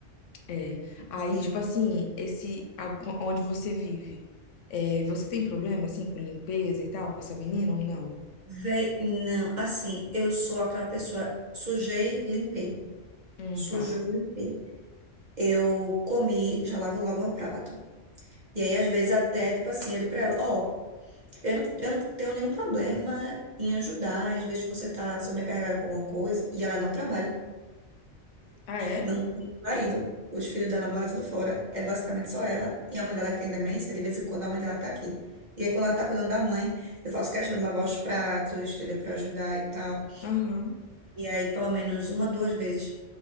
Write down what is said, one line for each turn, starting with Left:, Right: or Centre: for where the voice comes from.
Left: É. Aí,
Right: Assim,
Left: tipo assim, esse a- onde você vive. É, você tem problema, assim, com limpeza e tal, com essa menina ou não?
Right: véi, não, assim, eu sou aquela pessoa, sujei, limpei.
Left: Hum,
Right: Sujou,
Left: tá.
Right: limpei. Eu comi, já lavo logo meu prato. E aí, às vezes, até, tipo assim, eu digo pra ela, ó, eu não, eu não tenho nenhum problema em ajudar, às vezes você tá sobrecarregada com alguma coisa, e ela não trabalha.
Left: Ah, é?
Right: Não tem marido. Os filhos dela moram tudo fora. É basicamente só ela. E a mãe dela que tem demência, de vez em quando a mãe dela tá aqui. E aí, quando ela tá cuidando da mãe, eu faço questão de lavar os pratos, entendeu? Pra ajudar e tal.
Left: Aham.
Right: E aí, pelo menos uma, duas vezes.